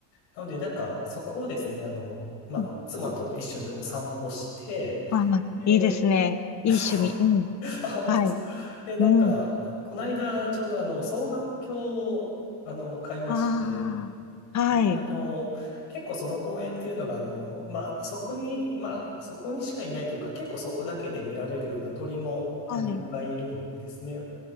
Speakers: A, on the left (about 80°); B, on the left (about 35°).
A: なので、なんか、そこをですね、あの、まあ、
B: うん
A: 妻と一緒にこう散歩して、
B: ああ、
A: で、
B: いいですね。いい趣味。
A: そ
B: うん。
A: う、<laughs> あ、本当ですか。
B: はい。
A: で、なんか、
B: うん。
A: この間、ちょうどあの、双眼鏡を、あの、買いまして、
B: ああ、はい。
A: で、あの、結構その公園っていうのが、あの、まあ、そこに、まあ、そこにしかいないというか、結構そこだけで見られるような鳥も、
B: はい。
A: あの、いっぱいいるんですね。